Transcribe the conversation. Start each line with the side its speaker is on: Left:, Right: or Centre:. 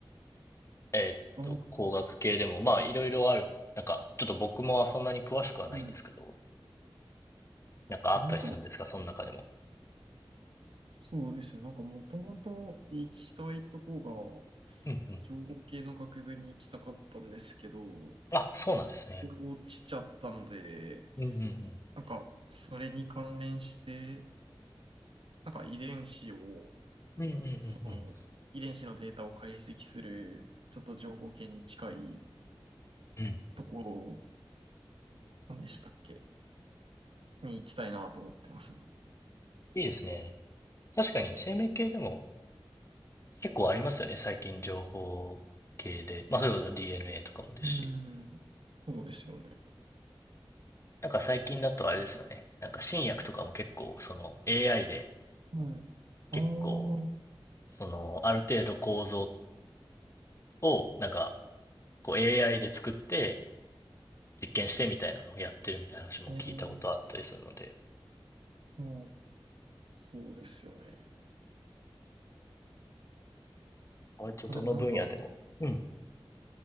Left: えーっと、
Right: あー、
Left: 工学系でも、まあ、いろいろある。なんか、ちょっと僕もそんなに詳しくはないんですけど、
Right: はい。
Left: なんかあったりするんですかその中でも。
Right: あ、なんか、そうですね。なんかもともと行きたいとこが、
Left: うんうん。
Right: 情報系の学部に行きたかったんですけど、
Left: あ、そうなんですね。
Right: 落ちちゃったので、
Left: うんうん
Right: なんかそれに関連して、なんか遺伝子を、
Left: うん。うんうんうんうん。
Right: その遺伝子のデータを解析する、ちょっと情報系に近い
Left: うん。
Right: ところ、なんでしたっけに行きたいなと思ってますね。
Left: いいですね。確かに生命系でも結構ありますよね。最近情報系で。まあ、そういうこと DNA とかもですし。
Right: うん。そうですよね。
Left: なんか最近だとあれですよね。なんか新薬とかも結構、その AI で
Right: はい。
Left: 結構、
Right: ああ、はい。
Left: その、ある程度構造を、なんか、こう AI で作って実験してみたいなのをやってるみたいな話も聞いたことあったりするので、
Right: あーはい。そうですよね。
Left: 割とどの分野でも。
Right: まあ、でもなんか、
Left: うん。